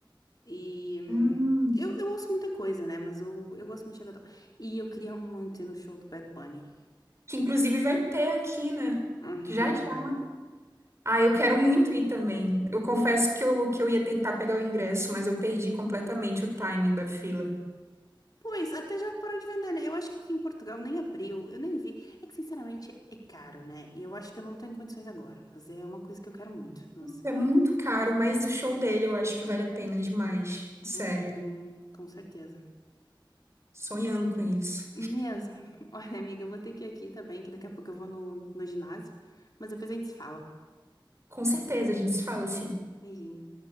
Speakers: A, on the left; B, on the right.
A: E... hum,
B: Hum,
A: Eu, eu ouço muita coisa, né? Mas o, eu gosto muito de reggaeton. E eu queria muito ir no show do Bad Bunny.
B: que inclusive vai ter aqui, né?
A: Uhum,
B: Já, já.
A: vai,
B: Ah, eu quero
A: vai, vai.
B: muito ir também. Eu confesso que eu, que eu ia tentar pegar o ingresso, mas eu perdi completamente o timing da fila.
A: Pois, até já parou de vender, né? Eu acho que aqui em Portugal nem abriu, eu nem vi. É que, sinceramente, é caro, né? E eu acho que eu não tenho condições agora, mas é uma coisa que eu quero muito. Nossa.
B: É muito caro, mas o show dele eu acho que vale a pena demais. Sério,
A: Uhum, com certeza.
B: sonhando com isso.
A: Mesmo. <laughs> Olha, amiga, eu vou ter que ir aqui também, que daqui a pouco eu vou no, no ginásio. Mas depois a gente se fala,
B: Com certeza, a gente se
A: tá?
B: fala assim.
A: Beijinho.